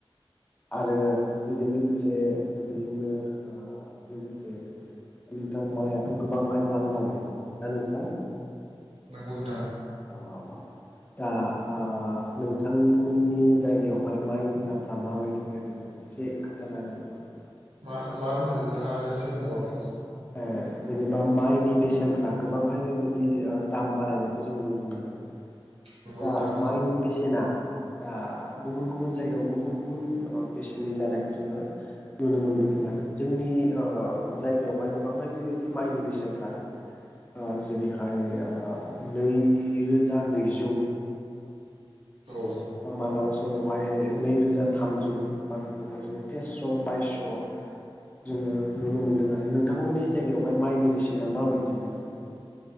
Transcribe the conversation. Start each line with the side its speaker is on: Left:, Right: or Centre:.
Left: आरो बेजों लोगोसे बेजोंनो ओ लोगोसे नोंथां मायाथ' गोबांहाय दाम जाबाय दा नोंथां
Right: नोंगौ नों
Left: औ औ औ दा ओ ओ नोंथांमोननि जायगायावहाय माइनि दामफ्रा माबायदि ओरैनो एसे खोन्थानो हागोन। <inaudible>
Right: मा मा होनदों नोंथाङा? आरो खसे बुंबावलाय।
Left: ओ जेनेबा माइनि बेसेनफ्रा गोबांहाय बेबायदि ओ दाम बारायनायखौ जोङो नुनो मोनदों।
Right: नंगौ
Left: दा
Right: नोंथां
Left: माइनि बेसेना दा गुबुन गुबुन जायगायाव गुबुन गुबुन बेसेननि जानायखौ जोङो नुनो मोनबोदों आरो। जोंनि ओ जायगायावहाय गोबांहाय बेबायदि माइनि बेसेनफ्रा ओ जेरैहाय नैरोजा नैजौ
Right: औ
Left: बा मालाबा समावहाय नैरोजा थामजौ बा बेखौहाय जोङो तेस्स' बायसस' <unintelligible> मोनदों आर नोंथांमोननि जायगायावहाय माइनि बेसेना माबायदि जेनेबा